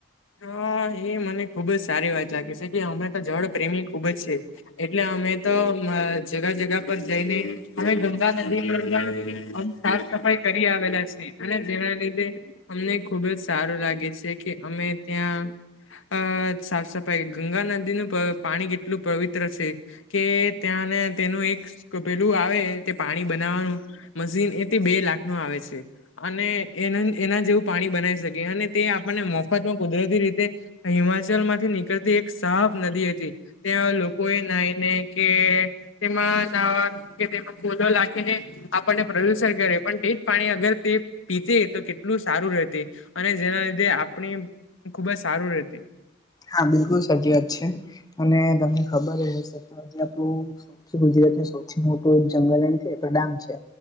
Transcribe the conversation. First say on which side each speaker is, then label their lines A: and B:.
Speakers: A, on the left; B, on the left.
A: હા એ મને ખુબ જ સારી વાત લાગે છે કે અમે તો ઝાડ પ્રેમી ખૂબ જ છે એટલે અમે તો જગા જગા પર જઈને હમે ગંદા અમ સાફ સફાઈ કરી આવેલા છે. અને જેના લીધે અમને ખુબ જ સારું લાગે છે કે અમે ત્યાં અ સાફ સફાઈ ગંગા નદીનું પાણી કેટલું પવિત્ર છે. કે ત્યાંને તેનું એક પેલું આવે તે પાણી બનાવવાનું મશીન એ તે બે લાખ નું આવે છે. અને એ એના જેવું પાણી બનાવી શકે અને તે આપણને મફતમાં કુદરતી રીતે હિમાચલ માંથી નીકળતી એક સાફ નદી હતી. ત્યાં લોકો એ નાઈ ને કે તેમાં નાવા કે તેમાં ફૂલો લખે ને આપણને પ્રદુષણ કરે પણ તે જ પાણી અગર તે પીતે તો કેટલું સારું રહેતે. અને જેના લીધે આપણી ખુબ જ સારું રતી.
B: હા બિલકુલ સાચી વાત છે અને તમને ખબર હ હ તોજી આપણું ગુજરાતને સૌથી મોટું જંગલ એ છે ડાંગ છે.